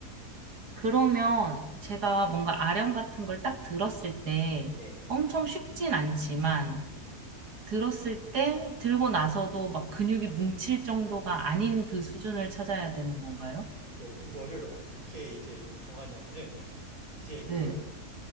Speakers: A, on the right; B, on the right.
A: 그러면 제가 뭔가 아령 같은 걸 딱 들었을 때
B: 네.
A: 엄청 쉽진 않지만 들었을 때 들고 나서도 막 근육이 뭉칠 정도가 아닌 그 수준을 찾아야 되는 건가요?
B: 네, 그거를 어떻게 이제 정하냐면은 이제 그
A: 네,